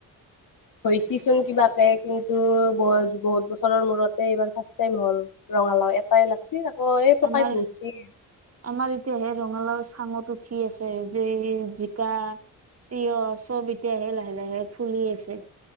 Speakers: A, on the right; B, on the left.
A: <inaudible>
B: হৈছিচোন কিবাকে, কিন্তু বহুত বছৰৰ মূৰতে এইবাৰ ফাৰ্ষ্ট টাইম হ'ল। ৰঙালাও এটাই লাগছি, তাকো আকৌ এই পকাই
A: আমাৰ
B: বিন্ধছি।
A: আমাৰ এতিয়া সেই ৰঙালাও চাংত উঠি আছে, যে জিকা তিঁয়হ চব এতিয়াহে লাহে লাহে ফুলি আছে।